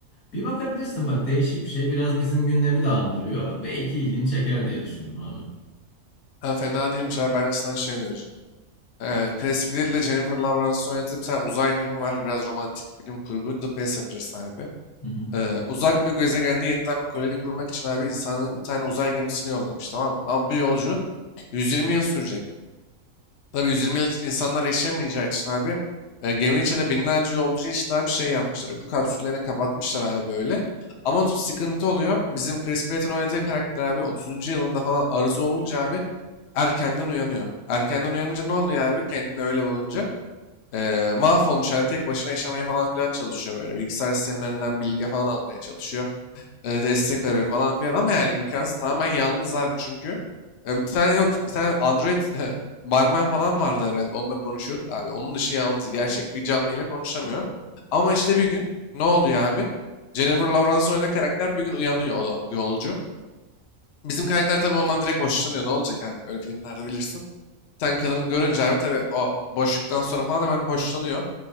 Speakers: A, on the left (about 85°); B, on the left (about 60°).
A: Bir bakabilirsin bak değişik bir şey. Biraz bizim gündemi de andırıyor. Belki ilgini çeker diye düşündüm abi.
B: Ha, fena değilmiş abi. Ben sana şey önereceğim. Ee, Chris Pratt ile Jennifer Lawrence'ın oynadığı bir tane uzay filmi var. Biraz romantik bilim kurgu. The Passengers abi.
A: Hı hı.
B: Ee, uzak bir gezegende yeniden bir koloni kurmak için abi insanın bir tane uzay gemisini yollamış tamam mı? Ama bu yolculuk 120 yıl sürecek. Tabii 120 yıl insanlar yaşayamayacağı için abi e, geminin içinde binlerce yolcu işte abi şey yapmışlar. Uyku kapsüllerine kapatmışlar abi böyle. Ama sıkıntı oluyor. Bizim Chris Pratt'ın oynadığı karakter abi 30. yılında falan arıza olunca abi erkenden uyanıyor. Erkenden uyanınca ne oluyor abi? Kendini öyle bulunca e, mahvolmuş halde tek başına yaşamaya falan filan çalışıyor böyle. Bilgisayar sistemlerinden bilgi falan almaya çalışıyor e, destek arıyor falan filan ama yani imkansız tamamen yalnız abi çünkü. E, bir tane yok bir tane Android <laughs> e, barman falan vardı herhalde onunla konuşuyordu abi. Onun dışı yalnız gerçek bir canlıyla konuşamıyor. Ama işte bir gün ne oluyor abi? Jennifer Lawrence oynadığı karakter bir gün uyanıyor o da yolcu. Bizim karakter tabii ondan direkt hoşlanıyor. Ne olacak abi? Öyle filmlerde bilirsin. Bir tane kadının görünce abi tabii o boşluktan sonra falan hemen hoşlanıyor.